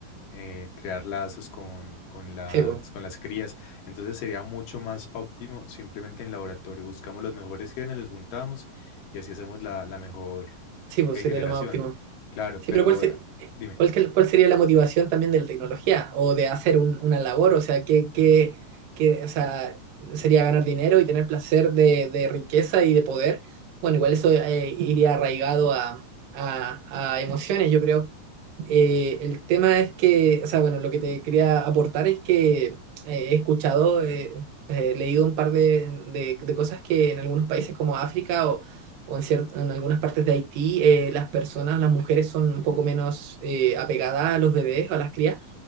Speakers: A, on the left; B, on the right.
A: eh, crear lazos con, con las,
B: Sí, pues.
A: con las crías. Entonces sería mucho más óptimo simplemente en laboratorio. Buscamos los mejores genes, los juntamos y así hacemos la, la mejor
B: Sí, pues
A: eh,
B: sería
A: generación.
B: lo más óptimo.
A: Claro,
B: Sí,
A: pero
B: pero ¿cuál, se-
A: Dime.
B: cuál, que- cuál sería la motivación también de la tecnología o de hacer un- una labor? O sea, ¿qué, qué- qué- o sea, sería ganar dinero y tener placer de, de riqueza y de poder? Bueno, igual eso eh, iría arraigado a, a- a emociones, yo creo. Eh, el tema es que, o sea, bueno, lo que te quería aportar es que eh, he escuchado, eh, he leído un par de, de- de cosas que en algunos países como África o, o en, cier- en algunas partes de Haití, eh, las personas, las mujeres son un poco menos eh, apegadas a los bebés o a las crías